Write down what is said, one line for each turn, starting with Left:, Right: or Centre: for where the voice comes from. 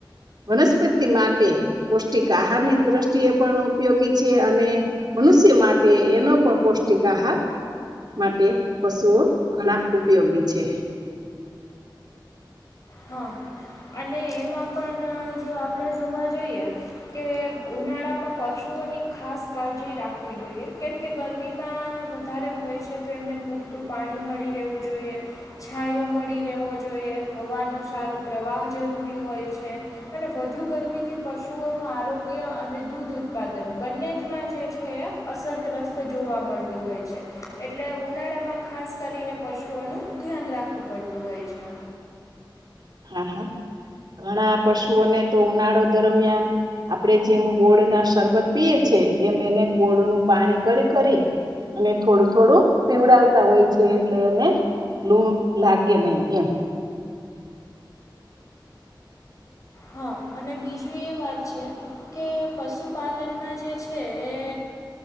Right: વનસ્પતિ માટે પૌષ્ટિક આહારની દ્રષ્ટિએ પણ ઉપયોગી છે અને મનુષ્ય માટે એનો પણ પૌષ્ટિક આહાર માટે પશુઓ ઘણા ઉપયોગી છે.
Left: હા અને એમાં પણ જો આપણે જોવા જઈએ કે ઉનાળામાં પશુઓની ખાસ કાળજી રાખવી જોઈએ કેમકે ગરમીમાં વધારે હોય છે તો એમને પૂરતું પાણી મળી રહેવું જોઈએ. છાંયો મળી રહેવો જોઈએ હવાનો સારો પ્રવાહ જરૂરી હોય છે અને વધુ ગરમીથી પશુઓનું આરોગ્ય અને દૂધ ઉત્પાદન બંને જમાં જે છે અસરગ્રસ્ત જોવા મળતું હોય છે એટલે ઉનાળામાં ખાસ કરીને પશુઓનું ધ્યાન રાખવું પડતું હોય છે.
Right: હા હા ઘણા પશુઓને તો ઉનાળો દરમિયાન આપણે જેમ ગોળ ના શરબત પીએ છીએ એમ એને ગોળનું પાણી કરી કરી અને થોડું થોડું પીવડાવતા હોય છે. એટલે એને લું લાગે નહીં એમ
Left: હા અને બીજું એ વાત છે. કે પશુપાલનમાં જે છે. એ